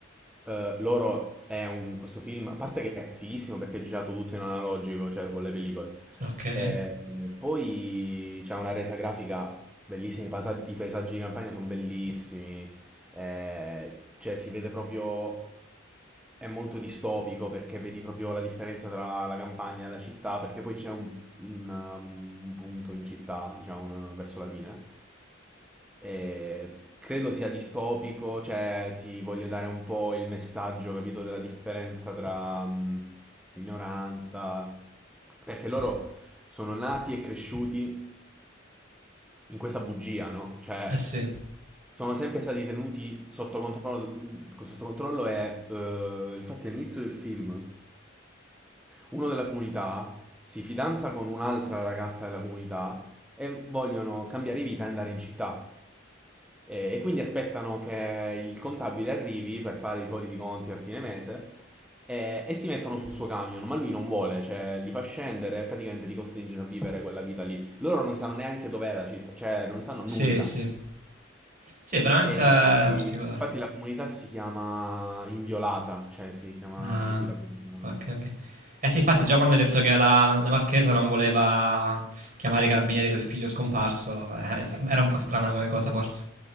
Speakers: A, in the centre; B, on the right.
A: eh, loro è un, questo film, a parte che è fighissimo perché è girato tutto in analogico, cioè con le pellicole,
B: Ok, eh
A: Eh, poi c'è una resa grafica bellissima, i pasa- i paesaggi di campagna sono bellissimi, eh, cioè si vede proprio, è molto distopico perché vedi proprio la differenza tra la campagna e la città, perché poi c'è un una- un punto in città, diciamo, una- verso la fine. E credo sia distopico, cioè ti voglio dare un po' il messaggio, capito, della differenza tra mh, ignoranza, perché loro sono nati e cresciuti in questa bugia, no? Cioè,
B: sì,
A: sono sempre stati tenuti sotto controllo, sotto controllo e eh, infatti all'inizio del film uno della comunità si fidanza con un'altra ragazza della comunità e vogliono cambiare vita e andare in città. E, e quindi aspettano che il contabile arrivi per fare i soliti conti a fine mese e, e si mettono sul suo camion, ma lui non vuole, cioè li fa scendere e praticamente li costringe a vivere quella vita lì. Loro non sanno neanche dov'è la città, cioè non sanno
B: sì,
A: nulla.
B: sì. Sì, è veramente
A: E
B: particolare.
A: infatti, infatti la comunità si chiama Inviolata, cioè si chiama
B: Ah,
A: così la comunità.
B: ok, ok. Eh sì, infatti già quando hai detto che la, la Marchesa non voleva chiamare i carabinieri per il figlio scomparso, eh, era un po' strana come cosa forse.